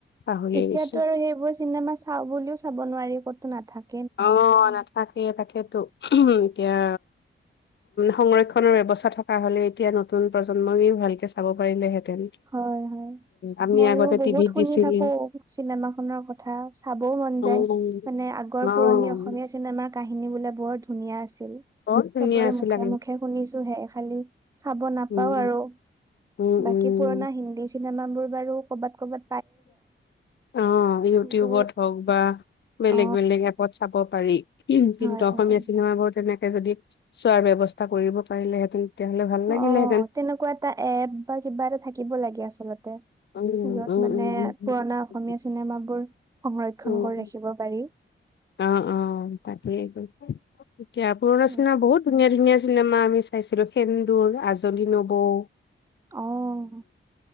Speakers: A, on the left; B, on the right.
A: পাহৰিয়ে
B: এতিয়াতো
A: গৈছো।
B: আৰু সেইবোৰ চিনেমা চাওঁ বুলিও চাব নোৱাৰি ক'তো নাথাকে
A: অ' নাথাকে তাকেইতো এতিয়া সংৰক্ষনৰ ব্যৱস্থা থকা হ'লে এতিয়া নতুন প্ৰজন্মই ভালকে চাব পাৰিলেহেঁতেন।
B: হয়, হয়।
A: আমি
B: ময়ো
A: আগতে
B: বহুত
A: টিভিত
B: শুনি
A: দিছিলো
B: থাকো চিনেমাখনৰ কথা চাবও মন
A: অ',
B: যায়। মানে আগৰ
A: অ',
B: পুৰণি অসমীয়া চিনেমাৰ কাহিনী বোলে বৰ ধুনীয়া আছিল।
A: বৰ ধুনীয়া
B: চবৰে
A: আছিলে
B: মুখে মুখে শুনিছোঁহে খালি চাব নাপাওঁ
A: উম,
B: আৰু।
A: উম,
B: বাকী
A: উম,
B: পুৰণা হিন্দী চিনেমাবোৰ বাৰু ক'বাত ক'বাত
A: অ' ইউটিউবত
B: কিন্তু
A: হওঁক বা বেলেগ
B: অ
A: বেলেগ এপ লগত চাব পাৰি কিন্তু
B: হয়
A: অসমীয়া
B: হয়
A: চিনেমাবোৰ তেনেকে যদি চোৱাৰ ব্যৱস্থা কৰিব পাৰিলেহেঁতেন। তেতিয়াহ'লে ভাল লাগিলেহেঁতেন।
B: অ' তেনেকুৱা এটা এপ বা কিবা এটা থাকিব লাগে আচলতে
A: উম,
B: য'ত
A: উম,
B: মানে পুৰণা অসমীয়া
A: উম।
B: চিনেমাবোৰ সংৰক্ষণ
A: উম,
B: কৰি ৰাখিব পাৰি।
A: অ' তাকেই আক' এতিয়া পুৰণা
B: উম,
A: চিনেমা বহুত ধুনীয়া ধুনীয়া চিনেমা আমি চাইছিলোঁ। সেন্দুৰ, আজলি নবৌ।
B: অ',